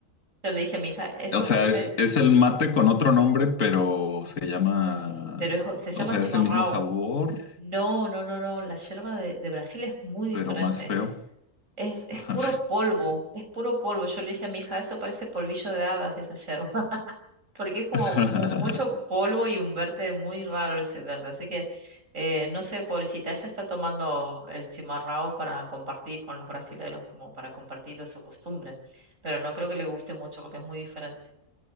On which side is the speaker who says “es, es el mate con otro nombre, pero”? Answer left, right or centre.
Left